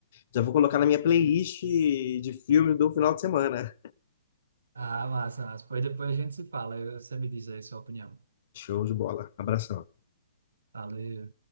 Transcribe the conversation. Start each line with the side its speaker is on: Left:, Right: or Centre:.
Left: já vou colocar na minha playlist de filmes do final de semana.
Right: Ah, massa, massa. Pois depois a gente se fala. Eu- Você me diz aí sua opinião.
Left: Show de bola. Abração.
Right: Valeu.